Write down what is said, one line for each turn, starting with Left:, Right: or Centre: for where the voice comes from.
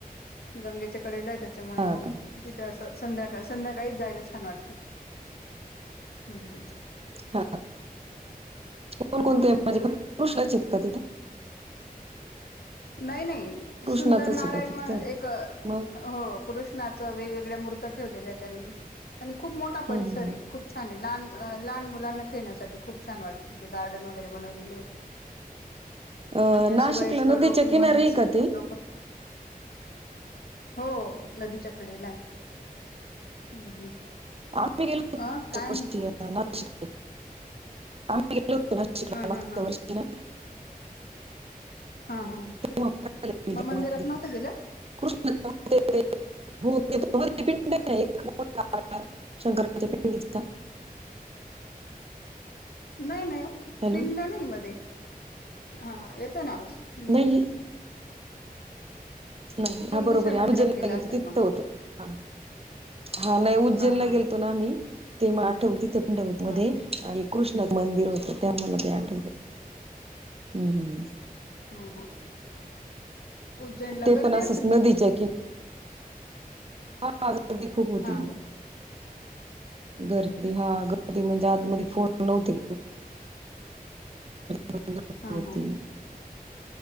Left: गंगेच्या कडेलाय त्याच्यामुळे
Right: हा
Left: मग
Right: का
Left: तिथे अस संध्याकाळ संध्याका <unintelligible> जायला छान वाटत, हम्म हू
Right: हा कोणकणते
Left: हम्म हा
Right: म्हणजे पुरुषला च <unintelligible> का तिथं?
Left: नाई नाई
Right: कृष्णाचच
Left: सुंदर नारायण
Right: आहे का फक्त
Left: म एक हो
Right: मग
Left: कृष्णाच वेगवेगळ्या मूर् त ठेवलल आहे त्यांनी आणि खूप मोठा
Right: हम्म
Left: परिसर
Right: हम्म हम्म
Left: ये, खूप छान ये लहान अ लहान मुलांना खेळण्यासाठी खूप छान वाटत तिथे गार्डन वगैरे बनवलेले
Right: अ
Left: आणि अशी
Right: नाशिकला
Left: वयस्कर
Right: नदीच्या
Left: लोक
Right: किनारी
Left: म
Right: आहे का ते
Left: लोक हो नदीच्याक कडेला हम्म हू,
Right: आम्ही गेलो
Left: अ काय
Right: होतो
Left: म्हणता?
Right: नाशिक आम्ही गेलो होतो ना <unintelligible>
Left: ह हा
Right: मागच्या
Left: हा
Right: वर्षी ना
Left: हा हा
Right: तेव्हा पाहिलं मी
Left: म
Right: ते
Left: मंदिरात
Right: मंदिर.
Left: नव्हते गेले?
Right: कृष्ण ते हो <unintelligible> पिंड ये ना एक मोठा शंकरा <unintelligible> पिंडीचा
Left: नाई नई ओ
Right: हॅलो
Left: पिंड नाही मध्ये, हा येत ना आवाज हम्म
Right: नाही नाही
Left: तुम्ही
Right: हा बरोबर
Left: दुसऱ्या
Right: ये,
Left: मंदिरात
Right: आम्ही
Left: गेला
Right: <unintelligible> गेलतो,
Left: असेल
Right: तिथं
Left: मग
Right: होत हा हा नाही उज्जैनला
Left: हा हा
Right: गेलतो ना आम्ही ते म आठव तिथं पंडवत
Left: हा
Right: मध्ये
Left: हा
Right: एक कृष्णाच मंदिर हो <unintelligible> ते आठवल
Left: हम्म
Right: हम्म हम्
Left: हा हा उज्जैनला
Right: ते
Left: गर्दी
Right: पण असंच
Left: असेल मग
Right: नदीच्या
Left: खूप
Right: की हा गर्दी खूप होती,
Left: हा का हम्म
Right: गर्दी
Left: हम्म
Right: हा गर म्हणजे आत मध्ये फोन नव्हतेे <unintelligible>
Left: हा
Right: <unintelligible> होती.
Left: हा हा